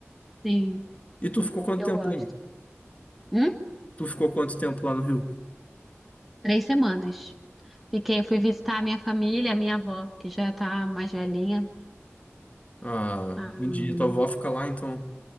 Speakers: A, in the centre; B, on the left.
A: Sim,
B: E tu ficou quanto
A: eu
B: tempo
A: gosto.
B: lá?
A: Hum?
B: Tu ficou quanto tempo lá no Rio?
A: Três semanas. Fiquei, eu fui visitar a minha família, a minha avó, que já tá mais velhinha.
B: Ah,
A: Aí,
B: entendi. Tua avó fica lá, então.